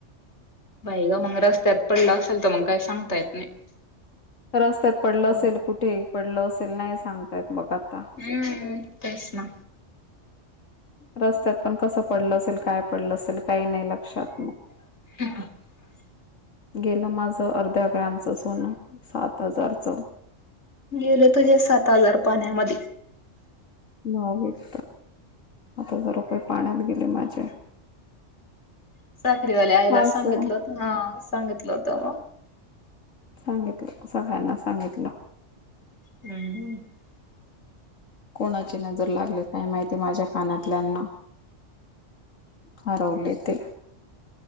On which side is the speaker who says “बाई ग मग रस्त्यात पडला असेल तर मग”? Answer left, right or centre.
Left